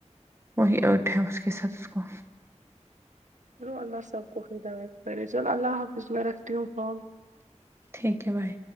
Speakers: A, on the right; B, on the right.
A: وہی ارٹ ہے اس کے ساتھ اس کو
B: چلو اللہ سب کو ہدایت کرے چلو اللہ حافظ اس میں رکھتی ہوں فون
A: ٹھیک ہے بھائی